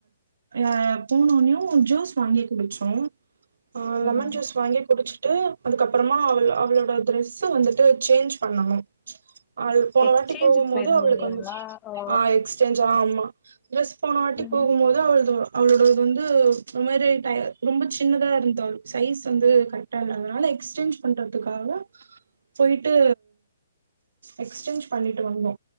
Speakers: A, on the right (about 75°); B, on the left (about 20°).
A: அ போனோனையு ஜூஸ் வாங்கி குடிச்சோ ஆ
B: ம்
A: லெமன் ஜூஸ் வாங்கி குடிச்சுட்டு அதுக்கப்பறமா அவள் அவளோட டிரரெஸ் வந்து சேஞ் பண்ணனு அது போனவாட்டி
B: எக்ஸ்சேஞ்சுக்கு
A: போகு போது
B: போயிருந்தீங்களா
A: அவளுக்கு வந்து
B: ஓ
A: சேஞ் ஆமா ட்ரெஸ் போன வாட்டி
B: ம்
A: போகும்போது அவ்ளுது அவளோடது வந்து ஒரு மாரி டை ரொம்ப சின்னதா இருந்தாள் சைஸ் வந்து கரெக் கரெக்டா இல்ல அதனால எக்ஸ்சேஞ் பண்றதுக்காக போயிட்டு எக்ஸ்சேஞ் பண்ணிட்டு வந்தோ